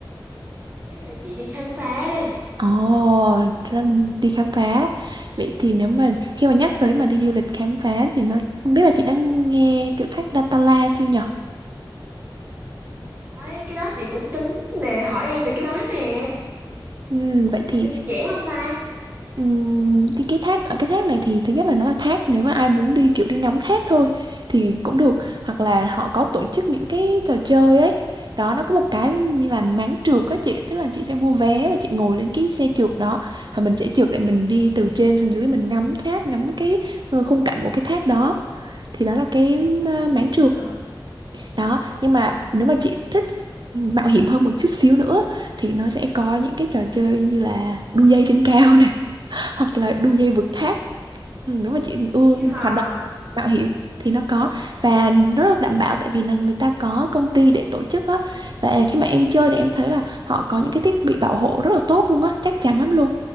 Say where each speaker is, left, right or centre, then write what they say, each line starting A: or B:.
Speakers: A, on the right (about 25°); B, on the right (about 60°).
A: Chắc là chị đi khám phá đi.
B: Ồ, rất đi khám phá. Vậy thì nếu mà khi mà nhắc tới mà đi du lịch khám phá thì nó không biết là chị đã nghe kiểu thác Datanla chưa nhở?
A: Đấy, cái đó chị cũng tính nè, hỏi em về cái đó nè.
B: Ừ, vậy thì
A: Là Đi dễ không ta?
B: Ừm, cái cái thác ở cái thác này thì thứ nhất là nó là thác nếu mà ai muốn đi kiểu đi ngắm thác thôi thì cũng được hoặc là họ có tổ chức những cái trò chơi ấy đó nó có một cái như là máng trượt á chị tức là chị sẽ mua vé và chị ngồi lên cái xe trượt đó và mình sẽ trượt để mình đi từ trên xuống dưới mình ngắm thác ngắm cái ờ, khung cảnh của cái thác đó thì đó là cái ờ, máng trượt
A: À,
B: đó nhưng mà nếu mà chị thích mạo hiểm hơn một chút xíu nữa thì nó sẽ có những cái trò chơi như là đu dây trên cao hoặc là đu dây vượt thác ừ, nếu mà chị ưa
A: dễ hả?
B: hoạt động mạo hiểm thì nó có và nó rất đảm bảo tại vì là người ta có công ty để tổ chức á và khi mà em chơi thì em thấy là họ có những cái thiết bị bảo hộ rất là tốt luôn á chắc chắn lắm luôn